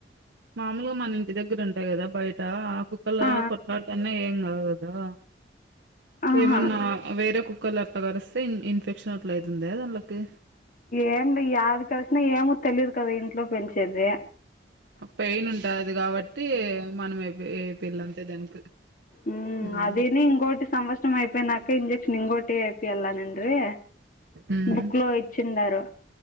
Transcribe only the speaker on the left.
ఆ,
ఆహా
ఏం యాది కరిసినా ఏమో తెలియదు కదా ఇంట్లో పెంచేదిే
ఉ
అదిని ఇంగోటి సంవత్సరం అయిపోనాక ఇంజెక్షన్ ఇంగోటిి అయిపోయల్లా అన్నిడ్రి
బుక్కు లో ఇచ్చిన్ డారు